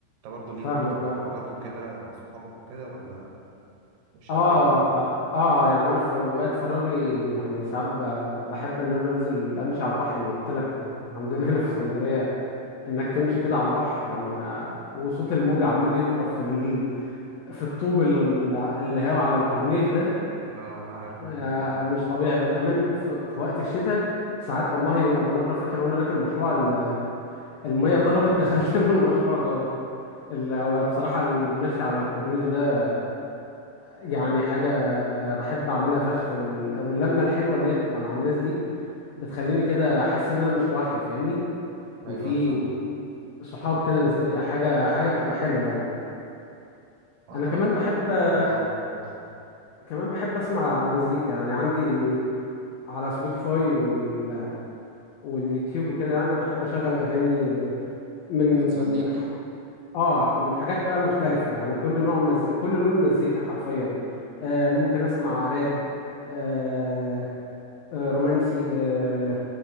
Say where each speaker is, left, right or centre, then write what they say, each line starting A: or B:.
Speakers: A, on the right; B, on the left.
A: برضه ليك
B: فاهمك
A: برضه في الخروجات
B: اه
A: وكده مع صحابك وكده ولا مش
B: اه
A: قوي
B: اه يعني انا في اوقات فراغي يعني ساعات ب- بحب ان انا انزل امشي على البحر ما انا قلت لك عندنا هنا في
A: اه
B: اسكندريه انك تمشي كده على البحر مع وصوت الموج عمال يضرب في ال... في الطوب ال- اللي هو على الكورنيش ده
A: انا انا عارف
B: آه
A: أنا المكان ده
B: مش طبيعي وكمان في... في وقت الشتاء ساعات والله وانا مره فاكر وانا راكب مشروع ال- الميه
A: امم
B: ضربت دخلت <laughs> لنا المشروع جوه ال... هو بصراحه المشي على الكورنيش ده يعني حاجة بحب أعملها فشخ وال... واللمة الحلوة اللي هي بتبقى مع الناس دي بتخليني كده أحس إن أنا مش لوحدي فاهمني
A: ايوه
B: إن في
A: انا فاهمه
B: صحاب كده نازلين حاجة حاجة بتبقى حلوة يعني
A: انا
B: أنا كمان
A: برضو
B: بحب أنا
A: اه قول
B: كمان بحب أسمع مزيكا يعني عندي على سبوتيفاي وال... واليوتيوب وكده يعني بحب أشغل أغاني من
A: بتسليك
B: ح- آه من حاجات بقى مختلفة يعني كل نوع مز... كل لون مزيكا حرفيا آه ممكن أسمع راب آه، آه، رومانسي آه،